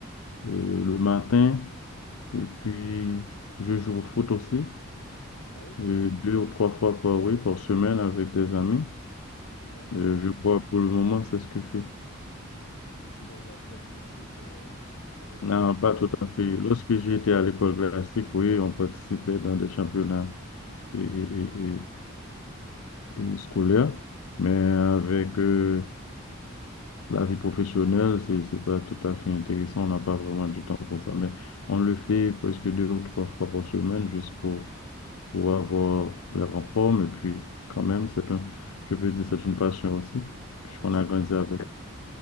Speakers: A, on the left (about 80°); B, on the left (about 55°).
A: euh, le matin et puis je joue au foot aussi,
B: Ah oui,
A: euh, deux ou trois fois par, oui, par semaine avec des amis.
B: d'accord.
A: Euh, je
B: Donc,
A: crois
B: euh,
A: pour le moment, c'est ce que je fais.
B: tu joues dans un club de foot, euh, avec,
A: Non,
B: euh, des
A: pas tout
B: amis
A: à fait.
B: ou...
A: Lorsque j'étais à l'école classique, oui, on participait dans des championnats et, et- et- et- et scolaires, mais avec euh, la vie professionnelle, c'est, c'est pas tout à fait intéressant. On n'a pas vraiment du temps pour ça, mais on le fait presque deux ou trois fois par semaine juste pour, pour avoir les renforts. Et puis, quand même, c'est un, je peux dire, c'est une passion aussi, puisqu'on
B: Oui, c'est
A: a grandi
B: pas mal.
A: avec
B: hein.